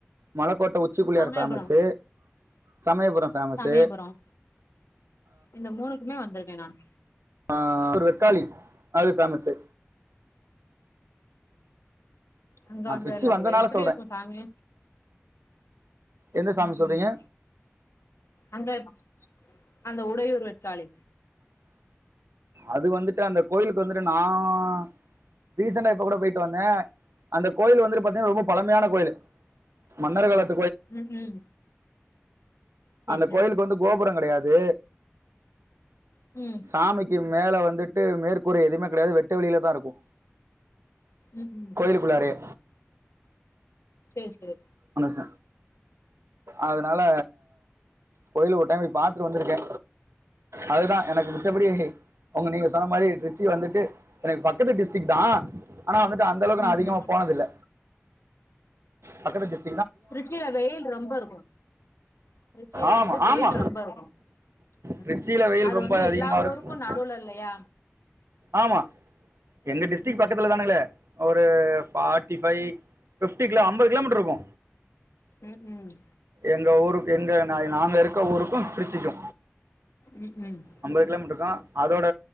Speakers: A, on the right (about 80°); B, on the left (about 80°).
A: Malaikottai Uchipillaiyar
B: Samayapuram
A: famous Samayapuram famous
B: Samayapuram இந்த மூணுக்குமே வந்துருக்கேன் நான்
A: அ த்துரு வெக்காளி அது ஃபேமஸு
B: அங்க
A: நான்
B: வந்ததில்ல
A: திருச்சி வந்தனால
B: ப்ரோ எப்டி
A: சொல்கிறேன்
B: இருக்கும் சாமி
A: எந்த சாமி
B: ம்
A: சொல்றீங்க
B: ம் அங்கயம்மா அந்த உடையூர் வெக்காளி
A: அது வந்துட்டு அந்த கோயிலுக்கு வந்துட்டு நான் ரீசண்டா இப்ப கூட போயிட்டு வந்தேன் அந்த கோயில் வந்துட்டு பாத்தீங்கன்னா ரொம்ப பழமையான கோயிலு மன்னர் காலத்
B: ம் ம் சேரி
A: அந்த
B: சேரி
A: கோயிலுக்கு வந்து கோபுரங்கெடையாது
B: ம்
A: சாமிக்கு மேல வந்துட்டு மேற்கூற எதுமே கெடையாது வெட்ட வெலில தாருக்கு
B: ம் ம்
A: கோயிலுக்குள்ளாரயே
B: சேர் சேர்
A: மனுஷ அதுனால கோயிலு ஒரு டைம் போய் பாத்துட் வந்துருக்கே அதுதா எனக்கு மிச்சபடி ஒங்க நீங்க சொன்ன மாரி ட்ரிச்சு வந்துட்டு எனக்கு பக்கத்து டிஸ்ட்ரிக் தா ஆனா வந்துட்டு அந்த அளவுக்
B: ம்
A: நா அதிகமா
B: ம்
A: போனதில்ல பக்கத்து டிஸ்
B: ட்ரிச்சில வெயில் ரொம்பருக்கு ட்ரிச்சில
A: ஆமா
B: வந்து வெயில்
A: ஆமா
B: ரொம்பருக்கு ம்
A: திருச்சியில வெயில்
B: அது
A: ரொம்ப
B: வந்து
A: அதிகமா
B: எல்லா
A: இருக்கும்
B: ஊருக்கு நடுவுலல்லயா
A: ஆமா எங்க டிஸ்ட்ரிக்
B: ம்
A: பக்கத்துல னுகலே ஒரு ஃபார்ட்டிஃபைவ் ஃபிப்டி கிலோ அம்பது கிலோமீட்டருக்கு
B: ம் ம்
A: எங்க ஊருக்கு எங்க நா நாங்க இருக்க ஊருக்கு ட்ரிச்சிக்கு
B: ம் ம்
A: அம்பது கிலோமீட்ருதா அதோட